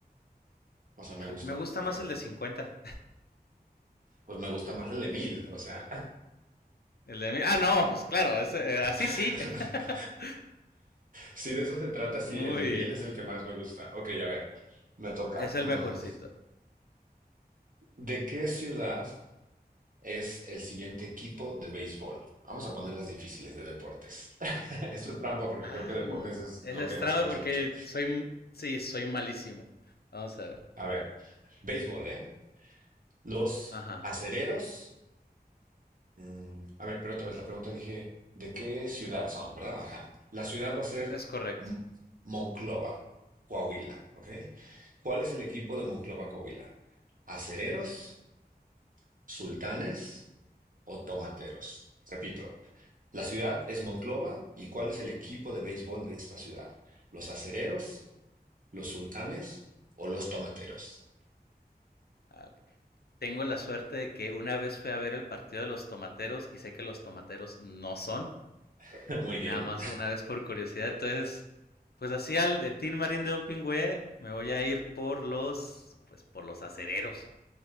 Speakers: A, on the right; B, on the left.
A: O sea, me
B: Híjole,
A: gusta,
B: me gusta
A: de
B: más
A: verdad.
B: el de cincuenta,
A: Pues me gusta más el de mil, o sea.
B: <laughs> El de Ah, no, pues claro, ese, eh, así
A: <laughs>
B: sí. <laughs>
A: Si de eso se trata, sí,
B: Muy
A: el de 1000
B: bien.
A: es el que más me gusta. Ok, a ver, me toca.
B: Es el
A: Mm,
B: mejorcito.
A: ¿De qué ciudad es el siguiente equipo de béisbol? Vamos a poner las difíciles de deportes. <laughs> Esto es trampa porque
B: Ah,
A: creo que deportes es
B: eso
A: lo
B: es
A: que
B: trampa
A: no sabes
B: porque
A: mucho.
B: soy, m- sí, soy malísimo. Vamos a ver.
A: A ver, béisbol, ¿eh? Los
B: Ajá,
A: acereros. mm, a ver, pero otra vez la pregunta dije, ¿de qué ciudad son, verdad? Ajá. La ciudad va a ser
B: es correcto.
A: M- Monclova, Coahuila, ¿ok? ¿Cuál es el equipo de Monclova, Coahuila? ¿Acereros, sultanes o tomateros? Repito, la ciudad es Monclova y ¿cuál es el equipo de béisbol de esta ciudad? ¿Los acereros, los sultanes o los tomateros?
B: Ah, ok. Tengo la suerte de que una vez fui a ver el partido de los tomateros y sé que los tomateros no son.
A: <laughs> Muy
B: Sí,
A: bien.
B: nada más una vez por curiosidad. Entonces, pues así al de Tin Marín de Opingüe me voy a ir por los, pues por los acereros.